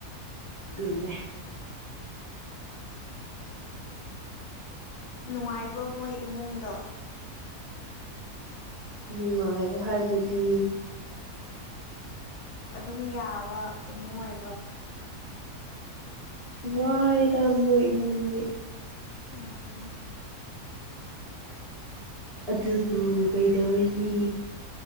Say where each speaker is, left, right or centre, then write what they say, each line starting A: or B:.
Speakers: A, on the left (about 30°); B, on the left (about 65°).
A: ꯗꯨꯅꯦ
B: ꯅꯨꯡꯉꯥꯏꯕ꯭ꯔꯣ ꯃꯣꯏ ꯏꯃꯨꯡꯗꯣ
A: ꯅꯨꯡꯉꯥꯏꯕ ꯍꯥꯏꯕꯗꯤ
B: ꯑꯗꯨꯝ ꯌꯥꯕ ꯏꯃꯨꯡ ꯑꯣꯏꯕ꯭ꯔꯣ
A: ꯋꯥꯏꯗ ꯃꯣꯏ ꯏꯃꯨꯡꯗꯤ
B: ꯎꯝ
A: ꯑꯗꯨꯕꯨ ꯀꯩꯗꯧꯔꯅꯤ